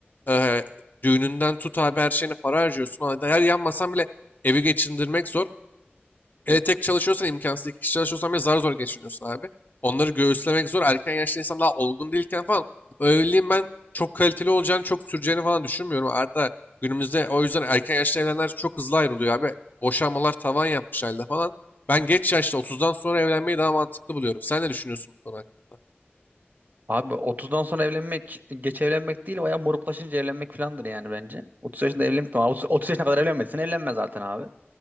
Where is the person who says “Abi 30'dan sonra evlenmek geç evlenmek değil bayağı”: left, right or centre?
Right